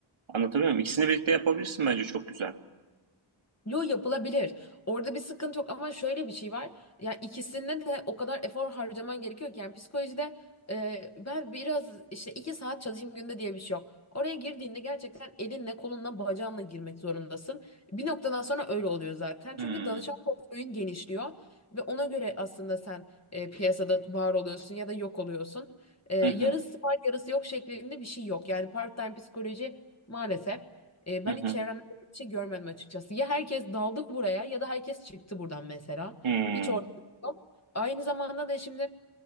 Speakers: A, on the right (about 70°); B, on the left (about 30°).
A: Anlatabiliyor muyum? İkisini birlikte yapabilirsin bence çok güzel.
B: Yo yapılabilir. Orada bir sıkıntı yok ama şöyle bir şey var. Ya ikisinde de o kadar efor harcaman gerekiyor ki yani psikolojide e, ben biraz işte iki saat çalışayım günde diye bir şey yok. Oraya girdiğinde gerçekten elinle, kolunla, bacağınla girmek zorundasın. Bir noktadan sonra öyle oluyor zaten.
A: Hmm.
B: Çünkü danışan portföyün genişliyor ve ona göre aslında sen e, piyasada var oluyorsun ya da yok oluyorsun. E, yarısı
A: Hı hı,
B: var, yarısı yok şeklinde bir şey yok. Yani part-time psikoloji maalesef. E, ben
A: hı hı,
B: hiç çevremde bir şey görmedim açıkçası. Ya herkes daldı buraya ya da herkes çıktı buradan mesela.
A: hmm.
B: Hiç ortada yok. Aynı zamanda da şimdi